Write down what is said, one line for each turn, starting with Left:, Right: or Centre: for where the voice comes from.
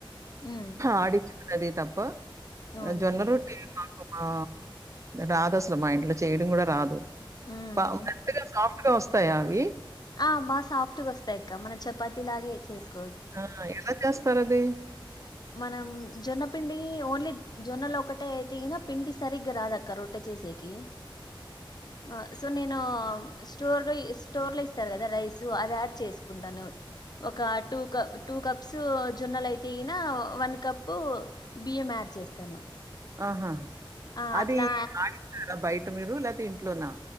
Left: ఉమ్
Right: ఆడిచ్ అదే తప్ప
Left: అవునులేండి
Right: జొన్న రొట్టి మాకు ఆ రాదు అసలు మా ఇంట్లో చేయడం కూడా రాదు
Left: ఉమ్
Right: త మెత్తగా సాఫ్ వస్తాయా అవి
Left: ఆ బా సాఫ్ట్ వస్తాయి అక్క మన చపాతి లాగే చేసుకో
Right: ఆ ఎవరు స్తార అది
Left: మనం జొన్న పిండి ఓన్లీ జొన్నలో ఒకటే అయితేనా పిండి సరిగ్గా రాదక్క రొట్టె చేసేకి ఆ సో నేను స్టోర్ లో స్టోర్ లో ఇస్తారు కదా రైస్ అవి యాడ్ చేసు ఉంటాను ఒక టు కప్ కప్స్ జొన్నలు అయితే గి న్ కప్పు బియ్యం యాడ్ చేస్తాను
Right: ఆహా
Left: ఆ!
Right: అది
Left: అట్లా
Right: ఆ ఆడిస్తారా బయట్ అంటే మీరు లేతే ఇంట్లో నా